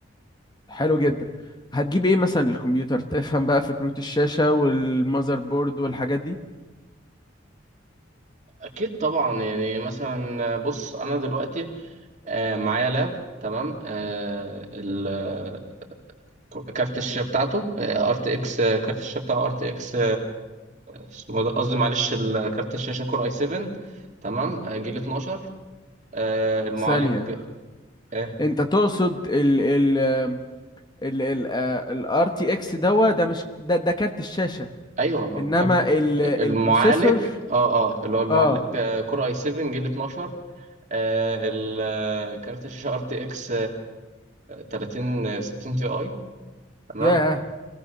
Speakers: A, on the left; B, on the right.
A: حلو جدا هتجيب ايه مثلا للكمبيوتر تفهم بقى فكرة الشاشة والمذر بورد والحاجات دي
B: أكيد طبعا يعني مثلا بص أنا دلوقتي آه، معايا لاب تمام آه، كارت الشاشه بتاعته ار تي اكس كارت الشاشه بتاعه ار تي اكس اسمه ده قصدي معلش ال- كارت الشاشه كور اي 7 تمام آه، جيل 12 آه، المعالج
A: ثانية
B: آه،
A: انت تقصد ال ال ال ال آه، ال RTX دوا ده مش ده ده كارت الشاشة
B: ايوه ما
A: انما
B: بتكلمش
A: ال البروسيسور
B: المعالج اه اه اللي هو المعالج
A: اه
B: آه، كور اي 7 جيل 12 آه، ال- آه، كارت الشاشه ار تي اكس 30 60 تي اي تمام
A: ياه